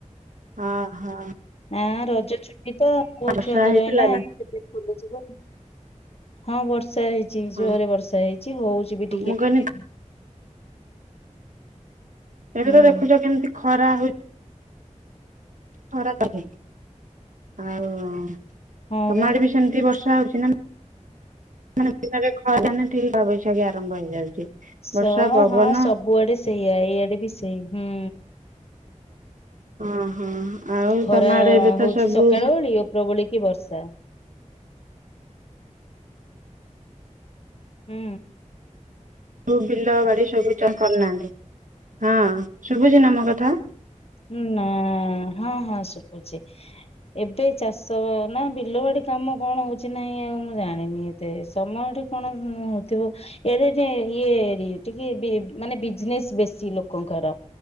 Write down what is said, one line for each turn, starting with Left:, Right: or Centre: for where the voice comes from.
Right: ହଁ ହଁ।
Left: ଆଁ ରଜ ଛୁଟି ତ କୋଉ
Right: ବର୍ଷା
Left: ଛୁଆଙ୍କର
Right: ହେଇଥିଲା
Left: ଏଇନା
Right: ନା?
Left: ହଁ ବର୍ଷ ବର୍ଷା ହେଇଛି
Right: ହଁ
Left: ଜୋରେ ବର୍ଷା ହେଇଛି ହଉଛି ବି ଟିକେ
Right: ମୁଁ କହିଲି
Left: ଟିକେ।
Right: ଏବେ
Left: ହୁଁ
Right: ତ ଦେଖୁଛ କେମିତି ଖରା ହଉଛି ଖରା କରିନେଇ ଆଉ ତମ
Left: ହଁ ବା
Right: ଆଡେ ବି ସେମିତି ବର୍ଷ ଖରା ହୋଉଚିନା <unintelligible> ବୈଶାଖୀ ଆରମ୍ଭ ହେଇଯାଉଛି। <inaudible>
Left: ସ
Right: ବର୍ଷା ପବନ
Left: ହ ସବୁଆଡେ ସେଇଆ ଏଇଆଡେ ବି ସେଇ ହୁଁ।
Right: ଓ ହୋ ଆଉ
Left: ଖରା
Right: ତମଆଡେ ଏବେ
Left: ହଉଛି
Right: ତ ସବୁ
Left: ସକାଳ ଓଳି ଉପରବୋଳି କି ବର୍ଷା। ହୁଁ।
Right: ସବୁ ବିଲ ବାଡି ସବୁ କରିନାହାନ୍ତି ହଁ ଶୁଭୁଚି ନା ମୋ କଥା?
Left: ଉଁ ନା ହଁ। ହଁ ଶୁଭୁଚି ଏବେ ଚାଷ ବା ନା ବିଲ ବାଡି କାମ କଣ ହୋଉଚି ନାହିଁ ଆଉ ମୁଁ ଜାଣି ଜାଣିନି ଏତେ ସମୟଠି କଣ ହୋଉଥିବ ଏଡେ ନେ ଇଏ ହେ ଟିକେ ବି ମାନେ ବିଜନେସ ବେଶୀ ଲୋକଙ୍କର